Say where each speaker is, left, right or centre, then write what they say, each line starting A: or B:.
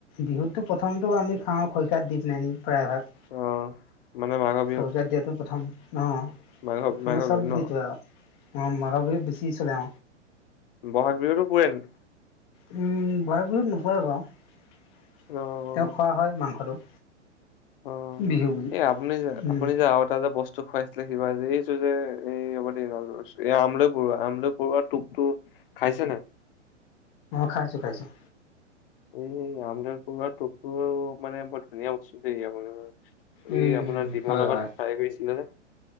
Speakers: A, on the left; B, on the left.
A: বিহুততো প্ৰথমতো আমি খাওঁ খৰিকাত দি কিনে। প্ৰায়ভাগ
B: অ'। মানে মাঘৰ বিহুত
A: শৌজাত দিয়াতো প্ৰথম অ
B: মাঘ মাঘৰ
A: মানে
B: বিহুত
A: চব
B: ন
A: ধইতো আৰু অ মাঘৰ বিহুত বেছি চলে।
B: বহাগ বিহুতো পুৰে‌ নেকী।
A: উম বহাগ বিহুত নোপৰে বাৰু তেও
B: অ',
A: খোৱা হয় মাংসটো।
B: অ
A: বিহু বুলি
B: এই আপুনি যে
A: উম
B: আপুনি যে আৰু এটা যে বস্তু খুৱাইছিলে কিবা যে। যে এই হব এই আমলৈ পৰুৱা আমলৈ পৰুৱা টোপটো খাইছে নাই
A: খাইছোঁ খাইছোঁ
B: এই আমদান কৰুৱাৰ ফটো মানে বৰ ধুনীয়া বস্তু দেই আপাৰ
A: উম
B: এই আপোনাৰ
A: উম
B: দিমৰ
A: হয়
B: লগত
A: হয়
B: ফ্ৰাই কৰিছিলে যে।